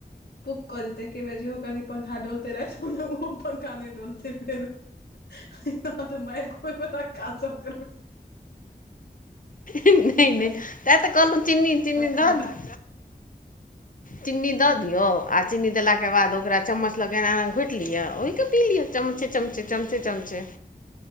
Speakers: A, on the left; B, on the left.
A: पुक कऽ जेतै एके बेर जेहो कनि पंखा डोलतै रातिमे ओहो पंखा नहि डोलतै फेरो आहाँ तऽ मारि खुएबै वला काज सब करै
B: नहि नहि
A: कनि
B: तेँ तऽ कहलू चीनी तिन्नी
A: पंखा
B: द चीनी दऽ दियौ आ चीनी देलाके बाद ओकरा चम्मच लो के एना एना घोटि लिअ ओहि के पी लिअ चमचे चमचे चमचे चमचे